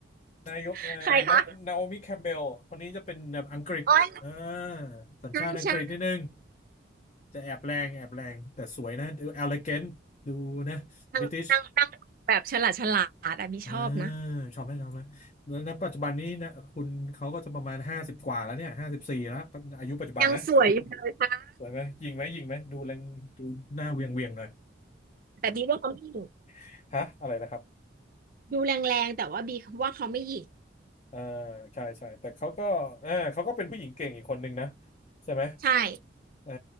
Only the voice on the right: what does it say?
ๆใครคะอ๋อย
ใช่ใช่
นางนางนางแบบฉลาดฉลาดอะบีชอบนะ
ยังสวยอยู่เลยค่ะ
แต่บีว่าเขาไม่หยิ่ง
ดูแรงๆแต่ว่าบีว่าเขาไม่หยิ่ง
ใช่